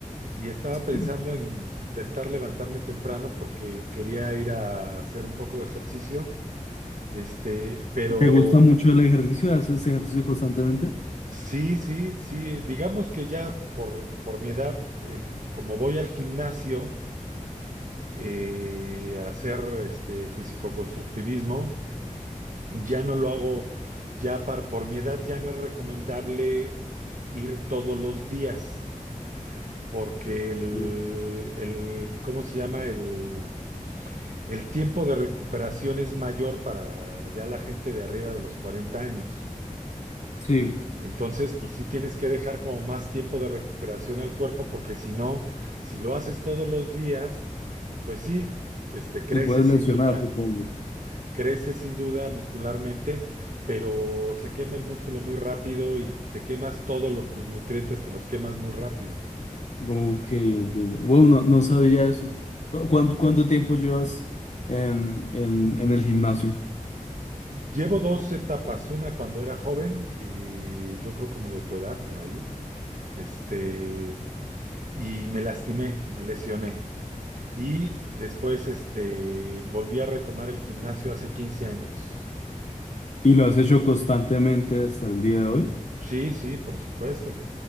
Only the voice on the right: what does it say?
y estaba
pensando en intentar levantarme temprano porque quería ir a hacer un poco de ejercicio. Este, pero
sí, sí, sí, digamos que ya por, por mi edad, en- como voy al gimnasio eh, a hacer este físico-constructivismo, Ya no lo hago, ya par- por mi edad ya no es recomendable ir todos los días, porque el,
el- ¿cómo se llama? El, el tiempo de recuperación es mayor para ya la gente de arriba de los 40 años.
Entonces, pues sí tienes que dejar como más tiempo de recuperación al cuerpo, porque si no, si lo haces todos los días, pues sí, este, creces
sin duda.
Crece sin duda muscularmente, pero se quema el músculo muy rápido y te quemas todos los, tus nutrientes, te los quemas muy rápido.
Llevo dos etapas, una cuando era joven, que yo creo como de tu edad por ahí, este, y me lastimé, me lesioné. Y después, este, volví a retomar el gimnasio hace 15 años.
Sí, sí, por supuesto.